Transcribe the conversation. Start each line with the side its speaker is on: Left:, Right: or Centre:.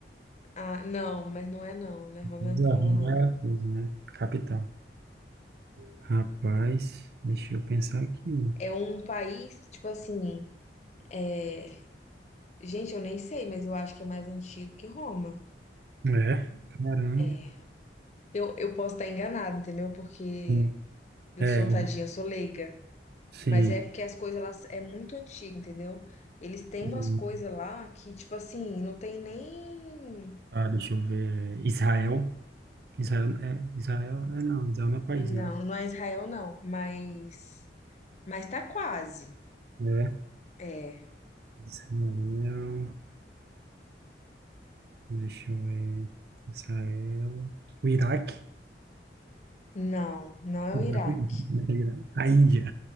Left: Ah, não, mas não é não, né? Roma,
Right: Mas a
Left: Roma
Right: Roma
Left: não.
Right: era a coisa, né? Capital. Rapaz, deixa eu pensar aqui.
Left: É um país, tipo assim é, Gente, eu nem sei, mas eu acho que é mais antigo que Roma.
Right: É, caramba.
Left: É. Eu, eu posso estar enganada, entendeu? Porque
Right: Sim.
Left: eu
Right: É,
Left: sou tadinha,
Right: o-
Left: eu sou leiga.
Right: sim.
Left: Mas é porque as coisas lá é muito antiga, entendeu? Eles têm
Right: Hum,
Left: umas coisas lá que, tipo assim, não tem nem.
Right: Ah, deixa eu ver. Israel. Israel é, Israel é não, Israel não é país,
Left: Não,
Right: né?
Left: não é Israel, não. Mas. Mas tá quase.
Right: É.
Left: É.
Right: Israel, deixa eu ver. Israel. O Iraque?
Left: Não, não é
Right: Não,
Left: o Iraque.
Right: não é o Iraque. A Índia.